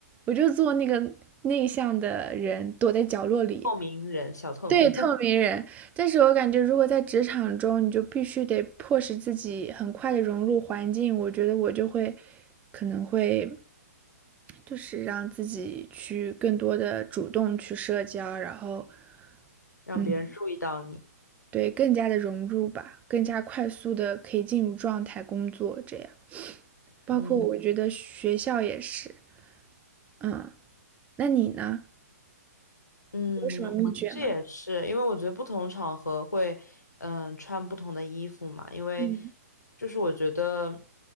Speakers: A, on the right; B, on the left.
A: 我就做那个内向的人，躲在角落里。
B: 透明人，小透明，
A: 对，透明人。
B: <laughs>
A: 但是我感觉，如果在职场中，你就必须得迫使自己很快的融入环境。我觉得我就会，可能会就是让自己去更多的主动去社交，然后，
B: 让别人注意到你。
A: 嗯，对，更加的融入吧，更加快速的可以进入状态工作这样。包括我觉得学校也是，
B: 嗯。
A: 嗯，那你呢？
B: 嗯，
A: 你有什么秘诀吗？
B: 我其实也是，因为我觉得不同场合会，嗯、穿不同的衣服嘛。因为
A: 嗯
B: 就是我觉得